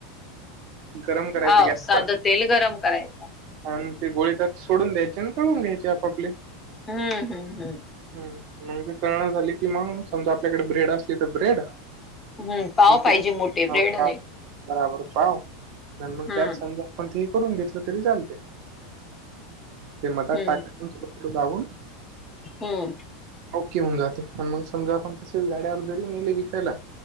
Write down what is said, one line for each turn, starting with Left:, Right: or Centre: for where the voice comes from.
Right: गरम करायचं
Left: हो
Right: गॅसवर.
Left: साधं तेल गरम करायचं
Right: आणि ती गोळी त्यात सोडून द्यायचे आणि तोळून घ्यायची आपापले.
Left: हम्म हम्म हम्म.
Right: ह मग ते तळना झाली कि मग समजा आपल्याकडे ब्रेड असली तर ब्रेड
Left: हम्म पाव पाहिजे
Right: तू
Left: मोठे
Right: हो
Left: ब्रेड नाही.
Right: पाव बराबर पाव आणि मग
Left: हम्म
Right: त्यात समजा पण ते करून घेतलं तरी चालते ते मदा
Left: हम्म
Right: टाकून <unintelligible> लावून
Left: हम्म.
Right: ओके होऊन जाते पण मग समजा आपण तसेच गाड्यावर जरी नेले विकायला